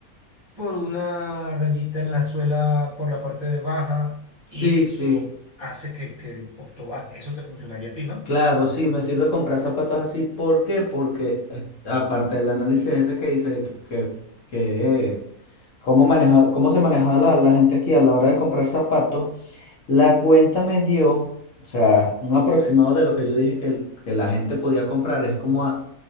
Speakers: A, on the right; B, on the left.
A: por una rayita en la suela por la parte de baja.
B: Sí,
A: Y eso
B: sí.
A: hace que, que el costo baje. Eso te funcionaría a ti, ¿no?
B: Claro, sí, me sirve comprar zapatos así. ¿Por qué? Porque eh, aparte del análisis ese que dice que, que, que, eh, cómo maneja, cómo se manejaba la, la gente aquí a la hora de comprar zapatos, la cuenta me dio, o sea, un aproximado de lo que yo dije que, el- que la gente podía comprar. Es como a